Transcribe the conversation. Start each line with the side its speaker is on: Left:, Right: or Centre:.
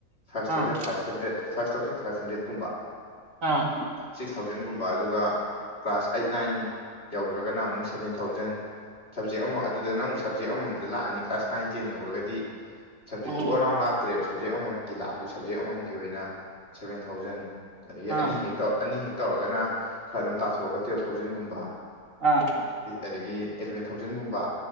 Left: ꯐꯥꯏꯚ thousand
Right: ꯑꯥ
Left: five hundred five thousand five ꯍꯟꯗ꯭ꯔꯦꯠꯀꯨꯝꯕ
Right: ꯑꯥ
Left: ꯁꯤꯛꯁ ꯊꯥꯎꯖꯟꯒꯨꯝꯕ ꯑꯗꯨꯒ ꯀ꯭ꯂꯥꯁ ꯑꯩꯠ ꯅꯥꯏꯟ ꯌꯧꯒ꯭ꯔꯒꯅ ꯑꯃꯨꯛ ꯁꯕꯦꯟ ꯊꯥꯎꯖꯟ ꯁꯞꯖꯦꯛ ꯑꯃ ꯑꯗꯨꯗꯅ ꯑꯃꯨꯛ ꯁꯞꯖꯦꯛ ꯑꯃꯃꯝꯗ ꯂꯥꯛꯑꯅꯤ ꯀ꯭ꯂꯥꯁ ꯅꯥꯏꯟ ꯇꯦꯟ ꯌꯧꯒ꯭ꯔꯒꯗꯤ ꯁꯞꯖꯦꯛꯇꯣ
Right: ꯑꯣ
Left: ꯑꯣꯜ ꯔꯥꯎꯟ ꯂꯥꯛꯇ꯭ꯔꯦꯕ ꯁꯕꯖꯦꯛ ꯑꯃꯃꯝꯀꯤ ꯂꯥꯛꯑꯗꯤ ꯁꯕꯖꯦꯛ ꯑꯃꯃꯝꯒꯤ ꯑꯣꯏꯅ ꯁꯚꯦꯟ ꯊꯥꯎꯖꯟ ꯑꯗꯒꯤ
Right: ꯑꯥ
Left: ꯑꯅꯤ ꯍꯦꯛ ꯇꯧ ꯑꯅꯤ ꯍꯦꯛ ꯇꯧꯔꯒꯅ ꯈꯔ ꯑꯗꯨꯝ ꯇꯥꯊꯣꯛꯑꯒ ꯇꯨꯌꯦꯞ ꯊꯥꯎꯖꯟꯒꯨꯝꯕ
Right: ꯑꯥ
Left: ꯑꯗꯒꯤ ꯑꯦꯂꯦꯚꯦꯟ ꯊꯥꯎꯖꯟꯒꯨꯝꯕ